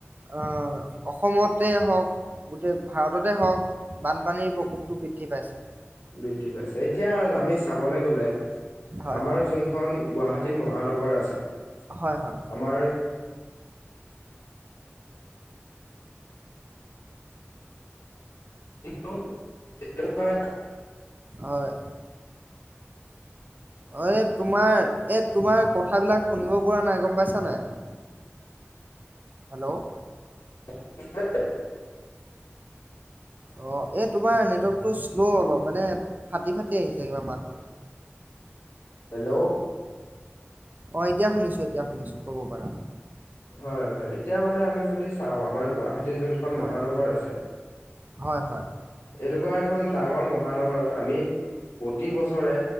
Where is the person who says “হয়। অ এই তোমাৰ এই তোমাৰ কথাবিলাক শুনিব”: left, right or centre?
Right